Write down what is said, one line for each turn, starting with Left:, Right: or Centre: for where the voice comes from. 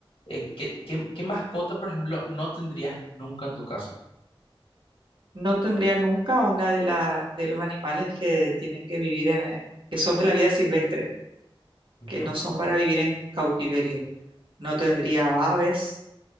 Left: eh, ¿qué, qué, qué mascota, por ejemplo, no tendrías nunca en tu casa?
Right: no tendría nunca una de, la, de los animales que tienen que vivir en, eh, que son de la vida silvestre,
Left: Ujú,
Right: que no son para vivir en cautiverio. No tendría aves,